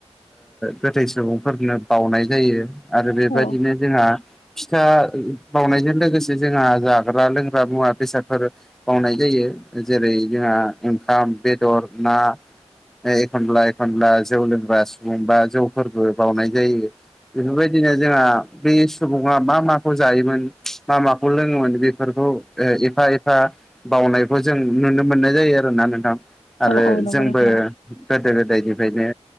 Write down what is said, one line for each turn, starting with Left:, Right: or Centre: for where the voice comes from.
Centre: गोथै सुबुंफोरनो बावनाय जायो। आरो बेबादिनो
Left: औ
Centre: जोंहा फिथा बावनायजों लोगोसे जोंहा जाग्रा-लोंग्रा मुवा-बेसादफोर। बावनाय जायो जेरै- जोंहा ओंखाम, बेदर, ना। ओ एखनब्ला-एखनब्ला जौ लोंग्रा सुबुं बा जौफोरबो बावनाय जायो। बेफोरबायदिनो जोंहा बै सुबुं बुङा मा माखौ जायोमोन मा माखौ लोङोमोन बेफोरखौ ओ एफा-एफा बावनायखौ जों नुनो मोननाय जायो आरोना नोंथां आरो
Left: औ औ नंगौ
Centre: जोंबो
Left: नोंथां
Centre: गोदो गोदायनिफ्रायनो